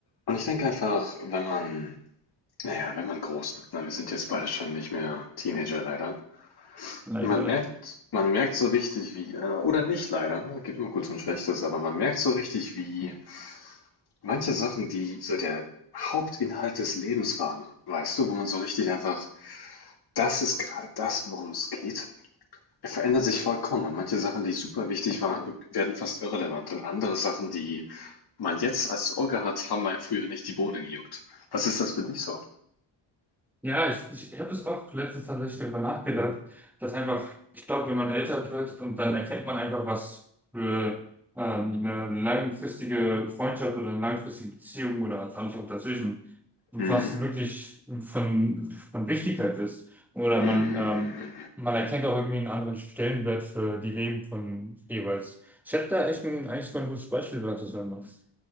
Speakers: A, on the left (about 55°); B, in the centre.
A: Und ich denke einfach, wenn man, naja, wenn man groß wird, ne, wir sind jetzt beide schon nicht mehr Teenager leider.
B: Leider.
A: Man merkt, man merkt so richtig wie, äh, oder nicht leider, ne, gibt immer Gutes und Schlechtes, aber man merkt so richtig wie manche Sachen, die so der Hauptinhalt des Lebens waren, weißt du, wo man so richtig einfach, das ist gerade das, worum es geht, verändert sich vollkommen. Und manche Sachen, die super wichtig waren, werden fast irrelevant. Und andere Sachen, die man jetzt als Ohr hat, haben einem früher nicht die Bohne gejuckt. Was ist das für dich so?
B: Ja, ich, ich habe es auch letztens tatsächlich darüber nachgedacht, dass einfach, ich glaube, wenn man älter wird und dann erkennt man einfach, was für ähm, eine langfristige Freundschaft oder eine langfristige Beziehung oder alles auch dazwischen, was
A: Hm.
B: wirklich von, von Wichtigkeit ist. Oder
A: Mhm.
B: man, ähm, man erkennt auch irgendwie einen anderen Stellenwert für die Leben von jeweils. Ich hätte da echt ein, eigentlich sogar ein gutes Beispiel, dazu wenn sagen machst.